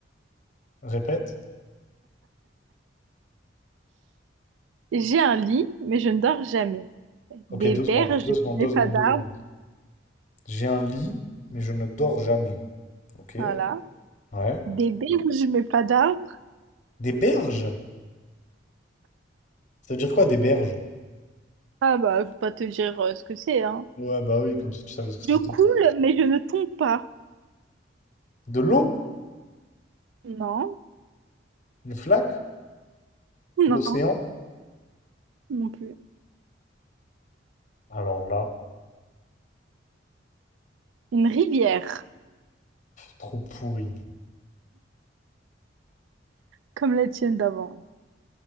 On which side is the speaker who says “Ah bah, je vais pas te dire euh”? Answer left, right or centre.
Right